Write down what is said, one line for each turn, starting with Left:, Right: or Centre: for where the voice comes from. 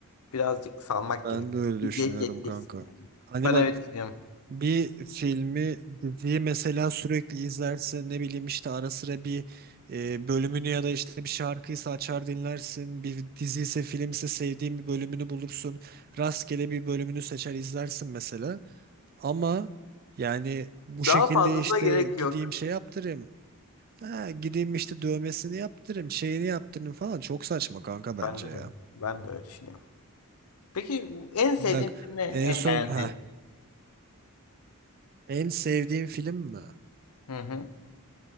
Left: Birazcık salmak
Right: Ben
Left: gerek.
Right: de öyle
Left: İzleyip
Right: düşünüyorum
Left: geçeceksin
Right: kanka.
Left: yani.
Right: Hani
Left: Ben
Right: bak
Left: öyle düşünüyorum.
Right: bir filmi, diziyi mesela sürekli izlersin. Ne bileyim işte ara sıra bir e, bölümünü ya da işte bir şarkıysa açar dinlersin. Bir dizi ise film ise sevdiğin bir bölümünü bulursun. Rastgele bir bölümünü seçer izlersin mesela. Ama yani bu şekilde
Left: Daha fazlasına
Right: işte
Left: gerek
Right: gideyim
Left: yok.
Right: şey yaptırayım. Ha, gideyim işte dövmesini yaptırayım, şeyini yaptırayım falan. Çok saçma kanka bence
Left: Bence
Right: ya.
Left: de. Ben de öyle düşünüyorum. Peki bu- en sevdiğin
Right: Bak
Left: film ne? En
Right: en son
Left: beğendiğin?
Right: ha en sevdiğim film mi?
Left: Hı hı.